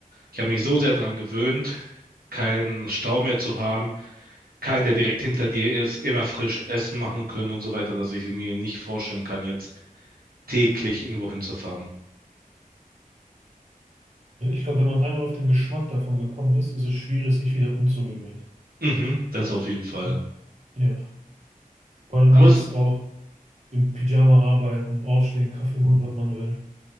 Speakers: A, on the right (about 85°); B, on the right (about 50°).
A: ich habe mich so sehr daran gewöhnt, keinen Stau mehr zu haben, keinen, der direkt hinter dir ist, immer frisch Essen machen können und so weiter, dass ich mir nicht vorstellen kann, jetzt täglich irgendwo hinzufahren.
B: Ja, ich glaube, wenn man einmal auf den Geschmack davon gekommen ist, ist es schwierig, sich wieder umzugewöhnen.
A: Mhm, das auf jeden Fall.
B: Ja. Ja. Vor allem
A: Aber
B: dieses
A: es,
B: auch im Pyjama arbeiten, aufstehen, Kaffee holen, wann man will.